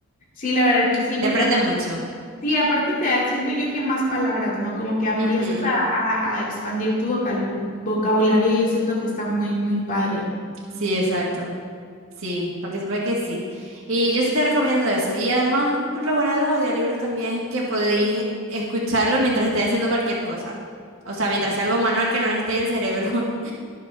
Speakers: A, on the left (about 35°); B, on the right (about 60°).
A: sí, la verdad que sí,
B: Te
A: porque
B: aprende
A: aparte,
B: mucho.
A: sí, aparte te da, siento yo que más palabras, ¿no? Como que empiezas
B: Ujú,
A: a, a- a expandir tu vocal- vocabulario y eso es lo que está muy, muy padre.
B: Sí, exacto. Sí, para que sepa que sí. Y yo sí te recomiendo eso. Y además lo bueno de los audiolibros también es que podéis escucharlo mientras estéis haciendo cualquier cosa. O sea, mientras sea algo manual que no necesite el cerebro.